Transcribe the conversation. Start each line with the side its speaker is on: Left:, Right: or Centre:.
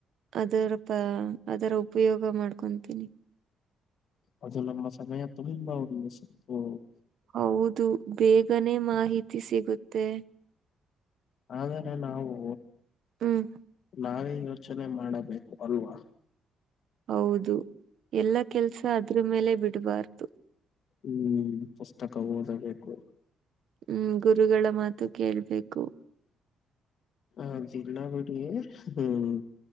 Right: ಅದರ ಪ ಅದರ ಉಪಯೋಗ ಮಾಡ್ಕೊತೀನಿ
Left: ಅದು ನಮ್ಮಮ್ಮ ಸಮಯ ತುಂಬಾ ಉ
Right: ಹೌದು ಬೇಗನೆ ಮಾಹಿತಿ ಸಿಗುತ್ತೆ
Left: ಆದರೆ ನಾವು
Right: ಹ್ಮ್
Left: ನಾವೇ ಯೋಚನೆ ಮಾಡಬೇಕು ಅಲ್ವಾ
Right: ಹೌದು ಎಲ್ಲ ಕೆಲ್ಸ ಅದ್ರ ಮೇಲೆ ಬಿಡ್ಬಾರ್ದು
Left: ಹ್ಮ್ ಪುಸ್ತಕ ಓದಬೇಕು
Right: ಹ್ಮ್ ಗುರುಗಳ ಮಾತು ಕೇಳ್ಬೇಕು
Left: ಹ ಜಿಲ್ಲ ಬಿಡಿ ಹ್ಮ್